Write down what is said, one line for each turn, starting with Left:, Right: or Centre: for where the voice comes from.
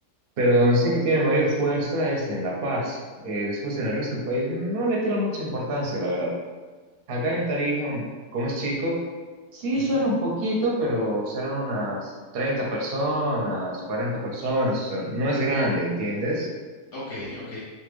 Right: Pero donde sé que tiene mayor fuerza es en La Paz. Eh, después en el resto del país no le tiran mucha importancia, la verdad. Acá en Tarija, mm, como es chico, sí
Left: ujú,
Right: suena un poquito, pero serán unas 30 personas, 40 personas, o sea, no es grande, ¿entiendes?
Left: Ok, ok.